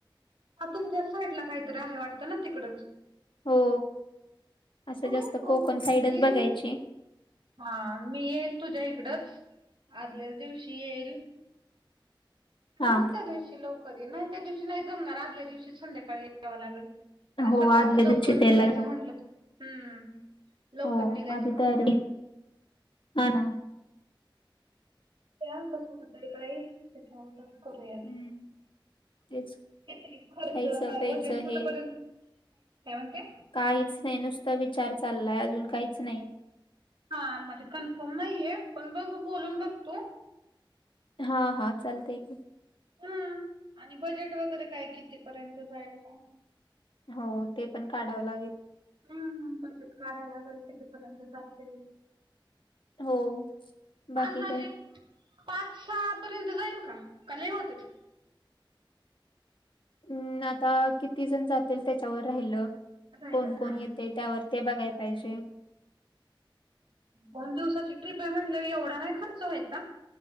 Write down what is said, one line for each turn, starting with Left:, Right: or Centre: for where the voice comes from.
Right: हा तुमच्याच साईटला काहीतरी आहे वाटतं ना तिकडच.
Left: हो, असं
Right: बघूयात
Left: जास्त
Right: मग
Left: कोकण साईडच
Right: मी येईल
Left: बघायची.
Right: हा, मी येईल तुझ्या हिकडच आदल्याच दिवशी येईल. हो
Left: हा
Right: मग त्या दिवशी लवकर येईन, नाही त्या दिवशी नाही जमणार आदल्या दिवशीच संध्याकाळी यावं लागल. कारण
Left: हो
Right: सकाळचं
Left: आदल्या
Right: लवकर
Left: दिवशीच
Right: निघायचं
Left: यायला लागणार
Right: म्हंटलं हम्म लवकर
Left: हो
Right: निघायचं
Left: आधी
Right: म्हंटल्याव.
Left: तयारी हा ना.
Right: प्लॅन कसं होतंय ताई त्याच्या आगोदर करूयात
Left: हम्म तेच
Right: किती खर्च
Left: खायचं
Right: काय
Left: प्यायचं
Right: बजेट कुठपर्यंत?
Left: हे
Right: काय म्हणते?
Left: काहीच नाही नुसता विचार चाललाय अजून काहीच नाही.
Right: हा म्हणजे कन्फर्म नाहीये पण बघू बोलून बघतो
Left: हा हा चालतय की
Right: हा आणि बजेट वगैरे काय कितीपर्यंत जाईल काय?
Left: हो ते पण काढावं लागेल.
Right: हम् बजेट काढाय लागल किती पर्यंत जातय
Left: हो बाकी
Right: अंदाजे
Left: काय?
Right: पाच सहा पर्यंत जाईल का? काय लय होतेत?
Left: हम् आता किती जण जातील त्याच्यावर राहिलं
Right: राहिलं
Left: कोण कोण
Right: हा
Left: येतय? त्यावर ते बघाय पाहिजे.
Right: दोन दिवसाची ट्रीप हाय म्हटल्यावर एवढा नाही खर्च व्हायचा